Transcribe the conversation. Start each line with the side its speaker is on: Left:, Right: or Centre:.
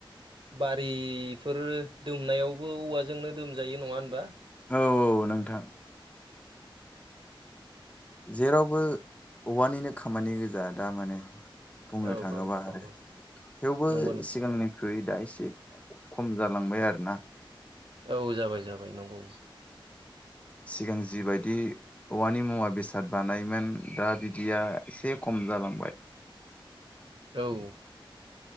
Right: बारिफोर दुमनायावबो औवाजोंनो दुमजायो नङा होनबा?
Left: औ औ नोंथां। जेरावबो औवानिनो खामानि गोजा दा माने। बुंनो
Right: औ
Left: थाङोबा
Right: औ नंगौ
Left: आरो थेवबो
Right: नंगौ नोंथां
Left: सिगांनि थ्रुयै दा एसे खम जालांबाय आरोना।
Right: औ जाबाय जाबाय नंगौ।
Left: सिगां जिबायदि औवानि मुवा बेसाद बानायोमोन दा बिदिया एसे खम जालांबाय।
Right: औ